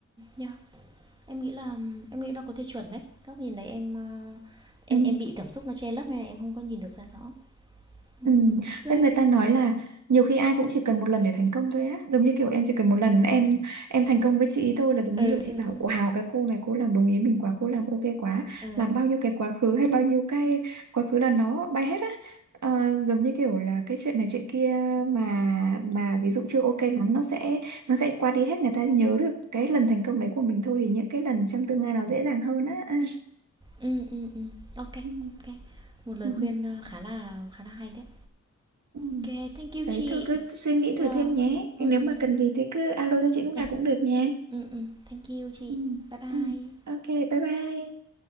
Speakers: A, on the right; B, on the right.
A: yeah Em nghĩ là em nghĩ nó có thể chuẩn đấy. Góc nhìn đấy em, a, em
B: ừ
A: em bị cảm xúc nó che lấp nên là em không có nhìn được ra rõ. Ừm,
B: Ừ.
A: OK. kê,
B: Với người ta nói
A: thank
B: là nhiều khi ai cũng chỉ cần một lần để thành công thôi á giống như kiểu em chỉ cần một lần em em thành công với chị ý thôi là giống
A: ừ,
B: như kiểu chị
A: ừ,
B: bảo wow cái cô này cô làm đúng ý mình quá cô làm ok quá
A: ờ.
B: làm bao nhiêu cái quá khứ hay bao nhiêu cái quá khứ là nó bay hết á Ờ, giống như kiểu là cái chuyện này chuyện kia mà mà ví dụ chưa ok lắm nó sẽ nó sẽ qua đi hết người ta nhớ được cái lần thành công đấy của mình thôi thì những cái lần trong tương lai nó dễ dàng hơn á à.
A: Ừm, ừm, ừm, ô kê,
B: ừ.
A: Một lời
B: Ừ.
A: khuyên,
B: Ừ.
A: ơ, khá là khá là hay đấy.
B: ừ.
A: OK. kê, thank you
B: Đấy
A: chị.
B: thôi cứ suy nghĩ
A: Yeah.
B: thử thêm nhé.
A: Ừm,
B: Nếu mà
A: ừm,
B: cần gì thì cứ alo cho chị lúc nào
A: yes.
B: cũng được nha.
A: Ừm, ừm, thank you chị.
B: Ừ.
A: Bye bye.
B: Ừ. Ok, bye bye.